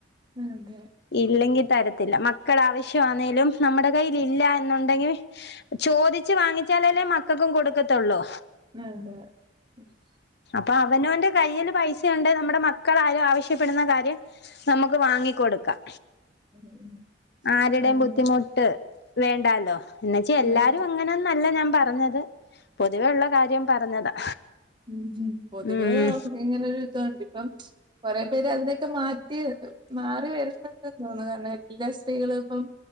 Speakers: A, on the right; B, on the left.
A: ഉം തെ
B: ഇല്ലെങ്കിൽ തരത്തില്ല മ മക്കള ആവശ്യമാന്നേലും നമ്മുടെ കയ്യിലില്ല എന്നുണ്ടെങ്കിൽ ചോദിച്ചു വാങ്ങിച്ചാലല്ലേ മക്കൾക്കും കൊടുക്കത്തുള്ളൂ
A: <unintelligible>
B: അപ്പോ അവനവന്റെ കയ്യില് പൈസയുണ്ടേ നമ്മുടെ മക്കളാരും ആവശ്യപ്പെടുന്ന കാര്യം നമുക്ക് വാങ്ങി കൊടുക്കാം
A: ഉം.
B: ആരുടെയും
A: അതെ.
B: ബുദ്ധിമുട്ട് വേണ്ടാലോ എന്നുവെച്ച് എല്ലാരും
A: അതെ.
B: അങ്ങനൊന്നല്ല ഞാൻ പറഞ്ഞത് അത് പൊതുവെയുള്ള കാര്യം പറഞ്ഞതാ
A: ഉം പൊതുവേ
B: ഉം
A: ഇങ്ങനെരു ഇതുണ്ടിപ്പം കൊറേ പേര് അതിനൊക്കെ മാറ്റ മാറി വരുന്നണ്ടെന്ന് തോന്നുന്നു കാരണം എല്ലാ സ്ത്രീകളും ഇപ്പം